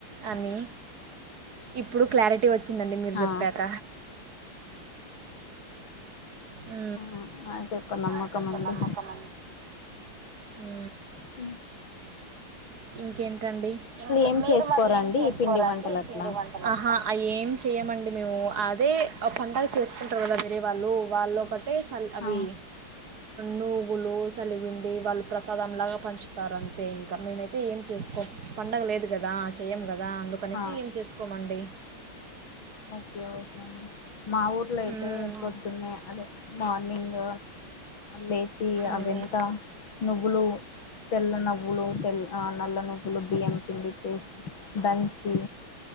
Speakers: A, on the right (about 45°); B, on the left (about 60°).
A: అని ఇప్పుడు క్లారిటీ వచ్చి వచ్చిందండి మీరు
B: ఆ
A: చెప్పాక హు
B: ఆ అది ఒక నమ్మకం
A: అదొక
B: అండి
A: నమ్మకం ఊ
B: అ
A: ఇంకేంటండి ఇంకా
B: ఏం
A: మీరు
B: చేసుకోరండి
A: మళ్ళీ ఏం చేసుకోరండి
B: పిండి వంటలు అట్లా
A: పిండి వంట ఆహా ఏం చేయ్యమండి మేము అది ర అ ఫడా చేసు కుంటారు తరి వాళ్ళు వాళ్ ఒకటే స అవి
B: ఆ
A: నువ్లు సలిపిండి వాళ్ళు ప్రసాదంలాగా పంచుతారు అంతే ఇంకా మేమైతే అయితే ఏం చేసుకో పండగ లేదు కదా చెయ్యము కదా కదా అందుకనేసి
B: ఆ
A: ఏం చేసుకోమండి
B: ఓకే ఓకే అండి మా ఊర్లో అయితే
A: మ్మ్
B: పొద్దున్న అదే మార్నింగ్ లేచి అవి
A: మ్మ్
B: ఎంత నువ్వులు తెల్లనవ్వులు తెల్ నల్ల నువ్వులు బియ్యం పిండి చేసి దంచి